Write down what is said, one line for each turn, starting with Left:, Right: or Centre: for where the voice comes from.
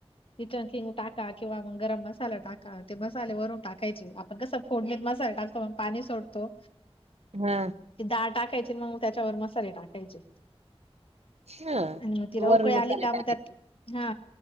Left: किचन किंग टाका किंवा मग गरम मसाला टाका ते मसाले वरून टाकायचे आपण कसं फोडलीत मसाला टाकतो मग पाणी सोडतो.
Right: हम्म.
Left: ती डाळ टाकायची मग त्याच्यावर मसाले टाकायचे.
Right: हा
Left: आणि मग तिला
Right: वरून
Left: उकळी आली
Right: मसाले
Left: का
Right: टाकायचे.
Left: मग त्यात हा